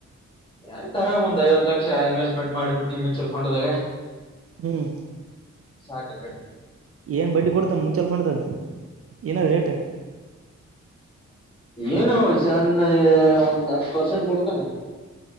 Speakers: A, on the left; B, on the right.
A: ಆ ತರ ಒಂದ್ ಐವತ್ ಲಕ್ಷ ಇನ್ವೆಸ್ಟ್ಮೆಂಟ್ ಮಾಡಿಬಿಟ್ಟನ್ ಮ್ಯೂಚುವಲ್ ಫಂಡ್ದಾಗ.
B: ಹ್ಮ್
A: ಸಾಕ
B: ಏನ್ ಬಡ್ಡಿ ಕೊಡ್ತಾನ ಮ್ಯೂಚೆಲ್ ಫಂಡ್ದಾಗ? ಏನಾದ ರೇಟು?
A: ಏನು ಸ್ಣ ಒಂದ್ ಹತ್ತು ಪರ್ಸೆಂಟ್ ಕೊಡ್ತಾನೆ.